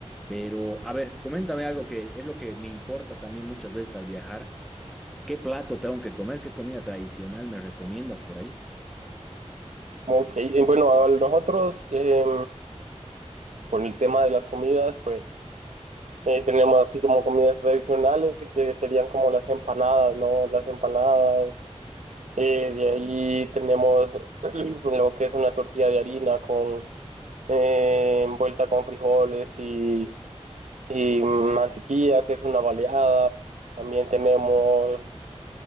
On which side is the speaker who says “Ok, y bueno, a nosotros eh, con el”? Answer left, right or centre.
Right